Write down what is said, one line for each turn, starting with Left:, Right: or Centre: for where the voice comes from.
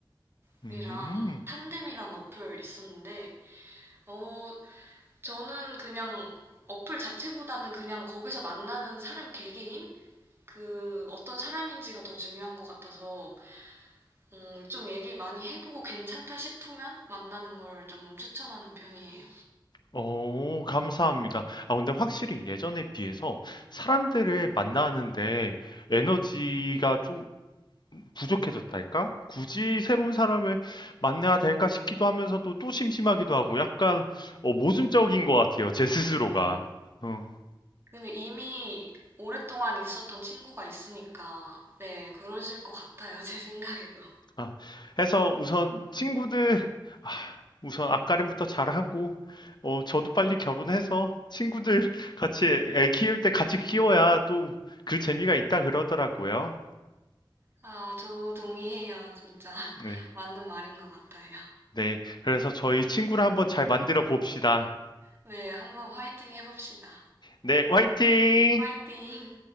Right: 어플이랑
Left: 음,
Right: 탄뎀이라는 어플 있었는데, 어, 저는 그냥 어플 자체보다는 그냥 거기서 만나는 사람 개개인? 그 어떤 사람인지가 더 중요한 것 같아서 음, 좀 얘기 많이 해보고 괜찮다 싶으면 만나는 걸 좀 추천하는 편이에요.
Left: 어 감사합니다. 아 근데 확실히 예전에 비해서 사람들을 만나는데 에너지가 좀 부족해졌달까? 굳이 새로운 사람을 만나야 될까 싶기도 하면서도 또 심심하기도 하고 약간 어, 모순적인 것 같아요. 제 <laughs> 스스로가. 어,
Right: 근데 이미 오랫동안 있었던 친구가 있으니까 네 그러실 것 같아요 <laughs> 제 생각에도.
Left: 아, 해서 우선 친구들, 아, 우선 앞가림부터 잘하고, 어, 저도 빨리 결혼해서 친구들 같이 애 키울 때 같이 키워야 또 그 재미가 있다 그러더라고요.
Right: 아 저도 동의해요 진짜 <laughs>
Left: 네.
Right: 맞는 말인 것 같아요.
Left: 네. 그래서 저희 친구를 한번 잘 만들어 봅시다.
Right: 네 한번 화이팅 해봅시다.
Left: 네, 화이팅!
Right: 화이팅.